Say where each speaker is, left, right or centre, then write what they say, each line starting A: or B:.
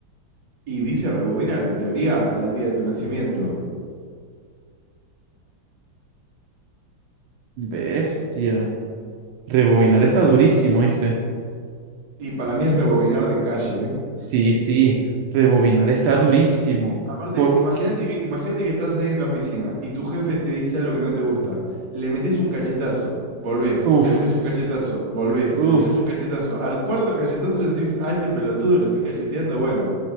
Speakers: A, on the right; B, on the right.
A: Y dice rebobinar, en teoría, hasta el día de tu nacimiento.
B: Bestia. Rebobinar está durísimo, dice.
A: Y para mí es rebobinar de calle, ¿eh?
B: Sí, sí. Rebobinar está durísimo.
A: Aparte,
B: Por.
A: imagínate que, imagínate que estás ahí en la oficina y tu jefe te dice algo que no te gusta. Le metes un cachetazo, volvés,
B: Uf.
A: le metes un cachetazo, volvés, le
B: Uf.
A: metes un cachetazo. Al cuarto cachetazo decís, ah, este pelotudo lo estoy cacheteando, bueno.